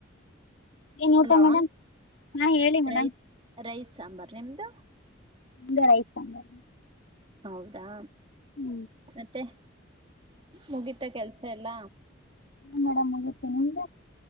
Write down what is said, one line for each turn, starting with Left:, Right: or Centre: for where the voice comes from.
Left: ಏನ್ ಊಟ
Right: ಹಲೋ
Left: ಮೇಡಮ್ ಹಾ ಹೇಳಿ ಮೇಡಮ್.
Right: ರೈಸ್ ರೈಸ್ ಸಾಂಬಾರ್ ನಿಮ್ದು.
Left: <unintelligible> ರೈಸ್ ಸಾಂಬಾರ್.
Right: ಹೌದಾ
Left: ಹ್ಮ್
Right: ಮತ್ತೆ ಮುಗಿತ ಕೆಲ್ಸ ಎಲ್ಲ.
Left: ಹು ಮೇಡಮ್ ಮುಗಿತು ನಿಮ್ದು.